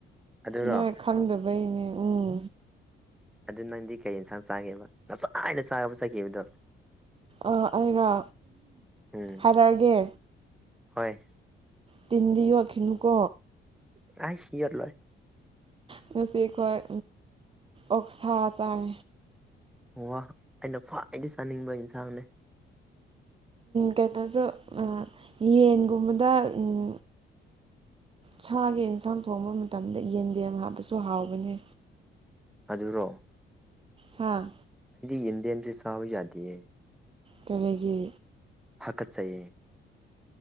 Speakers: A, in the centre; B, on the right.
A: ꯑꯗꯨꯔꯣ
B: ꯅꯣꯏ ꯈꯪꯗꯕꯩꯅꯦ ꯎꯝ
A: ꯑꯗꯨ ꯅꯪꯗꯤ ꯀꯔꯤ ꯌꯦꯟꯁꯥꯡ ꯆꯥꯒꯦꯕ ꯉꯆꯥꯥꯏ ꯍꯥꯏꯅ ꯆꯥꯕꯨ ꯆꯠꯈꯤꯕꯗꯣ
B: ꯑ ꯑꯩꯩꯅꯣ
A: ꯎꯝ
B: ꯍꯥꯏꯔꯛꯑꯒꯦ
A: ꯍꯣꯏ
B: ꯇꯤꯟꯗꯤ ꯌꯣ ꯀꯅꯨꯀꯣ
A: ꯑꯁꯤꯔ ꯂꯣꯏ
B: ꯉꯁꯤ ꯑꯩꯈꯣꯏ ꯑꯣꯛꯁꯥ ꯆꯥꯏ
A: ꯋꯥ ꯑꯩꯅ ꯈ꯭ꯋꯥꯏꯗꯒꯤ ꯆꯥꯅꯤꯡꯕ ꯌꯦꯟꯁꯥꯡꯅꯦ
B: ꯀꯩꯇꯧꯁꯨ ꯌꯦꯟꯒꯨꯝꯕꯗꯪꯡ ꯁꯥꯒꯤ ꯑꯦꯟꯁꯥꯡ ꯊꯣꯡꯕ ꯃꯇꯝꯗ ꯌꯦꯟꯗꯦꯝ ꯍꯥꯞꯄꯁꯨ ꯍꯥꯎꯕꯅꯦ
A: ꯑꯗꯨꯔꯣ
B: ꯍꯥꯥ
A: ꯌꯦꯟꯦꯟ ꯔꯤ ꯆꯕ ꯌꯥꯗꯦ
B: ꯀꯔꯒꯤ
A: ꯍꯥꯀꯠ ꯆꯌꯦ